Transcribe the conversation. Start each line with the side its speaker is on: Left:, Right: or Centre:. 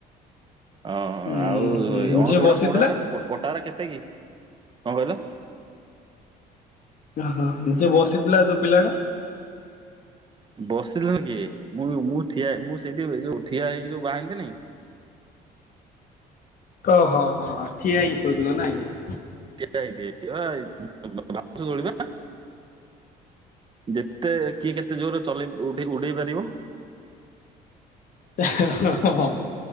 Right: ଅହ
Left: ଉଁ
Right: ଆଉ
Left: ହୁଁ ଯିଏ
Right: ଅଣଚୁଡା
Left: ବସିଥିଲା
Right: ପୋଡା ପଟା କେତେ କି। କଣ କହିଲ?
Left: ହଁ ଯିଏ ବସିଥିଲା ଯୋଉ ପିଲା ଟା।
Right: ବସିଥିଲ କିଏ ମୁଁ ମୁଁ ମୁଁ ସେଇଠି ଯୋଉ ଠିଆ ହେଇକି ଯୋଉ ବାହାନ୍ତିନି,
Left: ଓ ହଁ ହଁ ହଁଠିଆହେଇକି ଖେଳୁଥିଲଥିଲା ନାଇଁ।
Right: ଳିବା ଯେତେ <inaudible> କିଏ କେତେ ଜୋରରେ ଉଡେଇ ପାରିବ।
Left: ଓହୋ